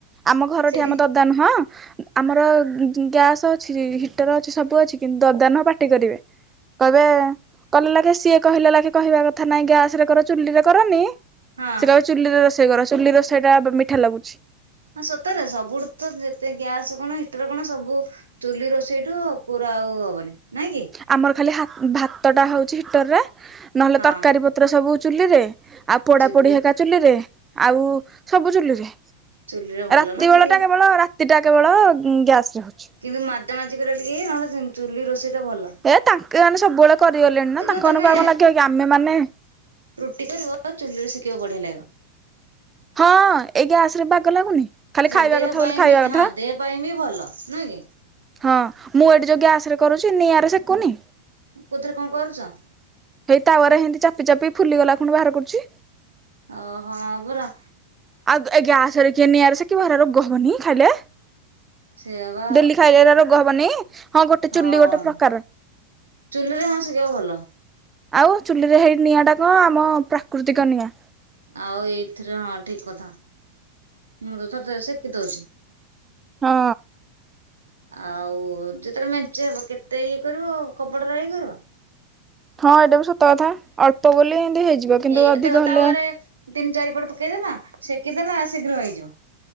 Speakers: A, on the right (about 15°); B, on the right (about 75°).
A: ଆମ ଘର
B: ସେଠି
A: ଠି ଆମେ ତ ଦା ନୁହଁ ଆମର ଗ୍ୟାସ୍ ଅଛି ହିଟର ଅଛି ସବୁ ଅଛି କିନ୍ତୁ ଦଦା ନୁହଁ ପା ଟି କରିବେ। କହିବ କଲେ ଲାଗେ ସିଏ କହିଲେ ଲାଗ କହିବା କଥା ନାଇଁ ଗ୍ୟାସ ରେ କର ଚୁଲି ରେ କରନି
B: ହଁ।
A: ସେ କହିବେ ଚୁଲି ରୋଷେଇ କର ଚୁଲି ରୋଷେଇ ଟା ମିଠା ଲାଗୁଚି।
B: ହଁ ସତରେ ସବୁୁ ତ ଯେତେ ଗ୍ୟାସ କଣ ହିଟର କଣ ସବୁ ଚୁଲି ରୋଷେଇ ଠୁ ପୁରା ଆଉ ହେବନି ନାଇଁ କି
A: ଆମର ଖାଲି ହାତ ଭାତଟା ହୋଉଚି ହିଟର ରେ ନହେଲେ
B: ହଁ
A: ତରକାରୀ ପତ୍ର ସବୁ ଚୁଲିରେ। ଆଉ ପୋଡା
B: ଚୁଲି
A: ପୋଡି ହେକା ଚୁଲିରେ ଆଉ ସବୁ ଚୁଲିରେ।
B: ଚୁଲିରେ ଭଲ
A: ରାତି
B: ନା ଖାଲି
A: ବେଳ ଟା କେବଳ ରାତି ଟା କେବଳ ଗ୍ୟାସରେ ହୋଉଚି।
B: କିନ୍ତୁ ମାଜା ମାଜି କରିବା ଟିକେ ଇଏ ନହେଲେ ଚୁଲି ରୋଷେଇ ଟା ଭଲ।
A: ଏ ତାଙ୍କେ ମାନେ ସବୁବେଳେ କରିଗଲେଣି ନା
B: ଦେଖିବ
A: ତାଙ୍କ
B: ତମେ
A: ମାନଙ୍କୁ ଆମ ଲାଗେ କି ଆମେ ମାନେ
B: ରୁଟି କରିବ ଚୁଲିରେ ଶଖିବା ବଢିଆ ଲାଗିବ।
A: ହଁ ଏଇ ଗ୍ୟାସ ରେ ବାଗ ଲାଗୁନି ଖାଲି
B: ସେ
A: ଖାଇବା
B: ଦେହ
A: କଥା
B: ପାଇଁ
A: ବୋଲି ଖାଇବା
B: ବି
A: କଥା
B: ହଁ ଦେହ ପାଇଁ ବି ଭଲ ନୁହେଁ କି
A: ହଁ ମୁଁ ଏଇଠି ଯୋଉ ଗ୍ୟାସ ରେ କରୁଚି ନିଆଁରେ ସେକୁନି
B: କୋଥିରେ କଣ କରୁଚ?
A: ହେଇ ତାୱାର ଏ ହେମିତି ଚାପି ଚାପି ଫୁଲିଗଲା ଖୁଣି ବାହାର କରୁଛି।
B: ଓହୋ ପୁର
A: ଆଉ ଆଞା ଆସରେ କିଏ ନିଆର ସେ କି ଭରା ରୋଗ ହବନି ଖାଇଲେ।
B: ସେୟା ବା
A: ଡେଲି ଖାଇଲେ ରୋଗ ହବନି ହଁ ଗୋଟେ
B: ହଁ
A: ଚୁଲି ଗୋଟେ ପ୍ରକାର
B: ଚୁଲିରେ ହଁ ସିଏ ଆଉ ଭଲ।
A: ଆଉ ଚୁଲିରେ ହେଇ ନିଆଁ ଟା କଣ ଆମ ପ୍ରାକୃତିକ ନିଆଁ।
B: ଆଉ ଏଇଥିରେ ହଁ ଠିକ୍ କଥା। ମୁଁ ତ ଥ ଥ ସେକି ଦଉଛି।
A: ହଁ।
B: ଆଉ ଯେତେବେଳେ ମେଞ୍ଚ ହବ କେତେ ଇଏ କରିବ ଆଉ କବଡ ର ଇଏ କରିବ
A: ହଁ ଏଇଟା ବି ସତ କଥା ଅଳ୍ପ ବୋଲି ଏମିତି ହେଇଯିବ କିନ୍ତୁ
B: ଏଇଆ
A: ଅଧିକ
B: ଦେଖ ତାୱାରେ
A: ହେଲେ
B: ତିନି ଚାରିପଟ ପକେଇଦେଲା ସେକିଦଲା ଶୀଘ୍ର ହେଇଯିବ